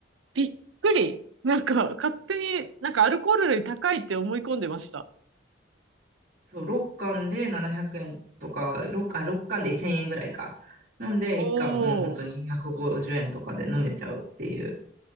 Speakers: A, on the right (about 75°); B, on the right (about 45°).
A: びっくり。なんか、勝手に、なんかアルコール類高いって思い込んでました。
B: そう、6缶で700円とか、6、あ、6缶で1000円ぐらいか。なんで、
A: おー、
B: 1缶もう本当に150円とかで飲めちゃうっていう。